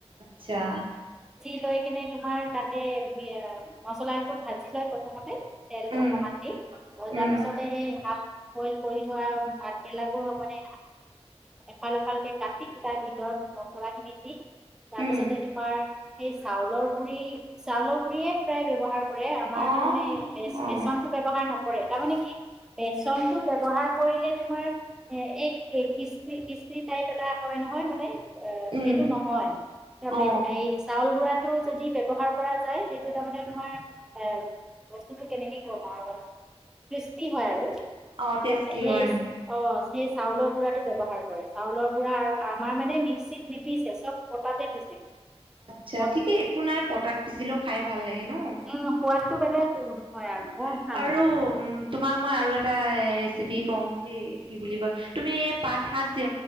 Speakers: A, on the right (about 50°); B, in the centre.
A: ছা
B: সেইখিনি তোমাৰ তাতে দিয়ে আৰু মচলা টো ভাজি লয় প্ৰথমতে তেল
A: উম
B: অকণমান দি, তাৰ
A: উম
B: পাছতে সেই হা বইল কৰি থোৱা ভাতকেৰেলাবোৰ মানে এফাল এফালকে কাটি তাৰ ভিতৰত মছলা খিনি দি তাৰপিছতে
A: উম
B: তোমাৰ সেই চাউলৰ গুৰি চাউলৰ গুৰিয়ে সদাই ব্যৱহাৰ কৰে আমাৰ
A: অ
B: তাৰমানে
A: অ
B: বেচনটো নকৰে তাৰমানে কি বেচনটো ব্যৱহাৰ কৰিলে তোমাৰ এ এই ক্ৰিছপি, ক্ৰিছপি টাইপ এটা হয় নহয় হয় মানে, অ,
A: উম
B: সেইটো নহয় তাতে
A: অ
B: চাউল গুড়াটো যদি ব্যৱহাৰ কৰা যায় সেইটো তাৰমানে তোমাৰ এ বস্তুটো কেনেকে তোমাৰত কৃস্পি হয় আৰু
A: অ টেষ্টি
B: সেচ
A: হয়
B: অছ সেই চাউলৰ গুড়াটো ব্যৱহাৰ কৰে, চাউলৰ খুড়া আমাৰ মানে মিক্সিত নিপিছে চব পতাতে পিছে।
A: চা
B: অ'
A: ঠিকেই একো নাই, পতাত পিছিলেও খাই ভাল লাগে। নো
B: উম সোৱাদটো
A: <unintelligible>
B: বেলেগ হয় আৰু বৰ ভাল
A: আৰু
B: হয়।
A: তোমাক মই আৰু এ- এটা ৰেচিপি কম দেই কি বুলি কয় তুমি পাত শাত যে